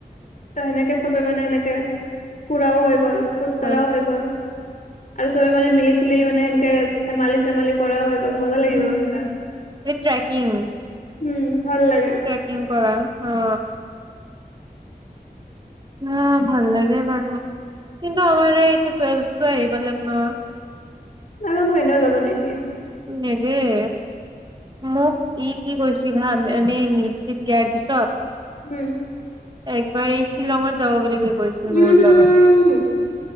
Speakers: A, on the left; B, on the right.
A: ত', সেনেকে চবে, মানে, এনেকে ফুৰাও হৈ গ'ল। কৰাও
B: হয়
A: হৈ গ'ল। আৰু চবে, মানে, মিলি-জুলি, মানে, সেনকে ধেমালি-চেমালি কৰাও হৈ গ'ল মজা লাগিব
B: উম,
A: সেনকা
B: ই ট্ৰেকিং
A: উম। ভাল লাগে
B: ট্ৰেকিং কৰা। অ, উম ভাল লাগে বাৰু। কিন্তু আমাৰ এই এইটো টুৱেলভটো আহি পালে লগ ন।
A: আৰু আমাক এনেও যাব নিদিয়ে।
B: নেদেই মোক ই কি কৈছিল হা, এনেই নিট চিট দিয়াৰ পিছত।
A: উম।
B: একবাৰেই শ্বিলঙত যাব বুলি কৈ। গৈছিল মোৰ
A: উম
B: লগত।